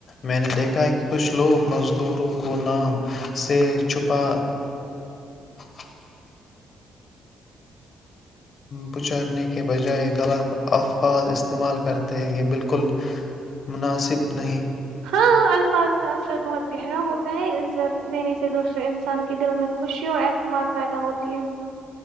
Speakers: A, on the left; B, on the right.
A: میں نے دیکھا ہے کہ کچھ لوگ مزدوروں کو نام سے چھپا <unintelligible> پچارنے کے بجائے غلط الفاظ استعمال کرتے ہیں یہ بالکل مناسب نہیں <unintelligible>
B: ہاں الفاظ کا اثر بہت گہرا ہوتا ہے عزت دینے سے دوسرے انسان کے دل میں خوشی اور اعتماد پیدا ہوتی ہے <inaudible>